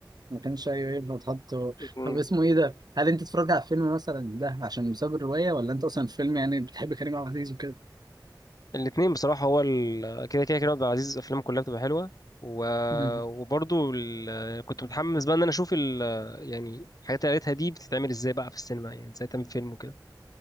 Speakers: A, on the right; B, on the left.
A: ما كانش ايوه ينفع تحط
B: مم.
A: طب اسمه ايه ده؟ هل انت اتفرجت على الفيلم مثلا ده عشان بسبب الرواية ولا انت اصلا الفيلم يعني بتحب كريم عبد العزيز وكده؟
B: الاثنين بصراحة هو ال... كده كده كريم عبد العزيز أفلامه كلها بتبقى حلوة و...
A: مم.
B: وبرضه ال... كنت متحمس بقى إن أنا أشوف ال... يعني الحاجات اللي قريتها دي بتتعمل إزاي بقى في السينما يعني إزاي تعمل فيلم وكده